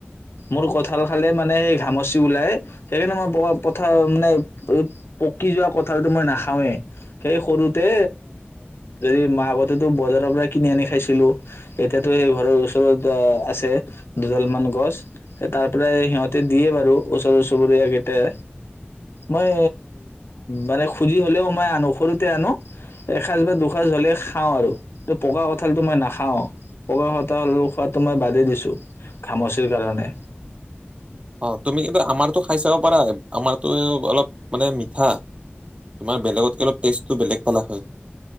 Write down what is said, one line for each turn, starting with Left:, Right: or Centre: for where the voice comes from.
Left: মোৰ কঠাঁল খালে মানে সেই ঘামচি ওলাই সেইকাৰণে মই পকা মানে পকি যোৱা কঠাঁলটো মই নাখাওৱে সেই সৰুতে এই আগতেতো বজাৰৰ পৰা কিনি আনি খাইছিলো এতিয়াাতো সেই ঘৰৰ ওচৰত ছে দুডালমান গছ তাৰ পৰাই সিহঁতে দিয়ে বাৰু ওচৰ চুবুৰীয়া গিটাই মই মানে খুজি হলেও মই আনো সৰুতে আনো এসজ বা দুসজ হলে খাওঁ আৰু পকা কঁঠালটো মই নাখাওঁ পকা কঠাল খোৱাতো দিছোঁ ঘামচিৰ কাৰণে
Right: অ তুমি কিন্তু আমাৰতো খাই চাব পাৰা আমাৰতো অলপ মানে মিঠা তোমাৰ বেলেগতকে অলপ টেষ্টটো বেলেগ পালা হয়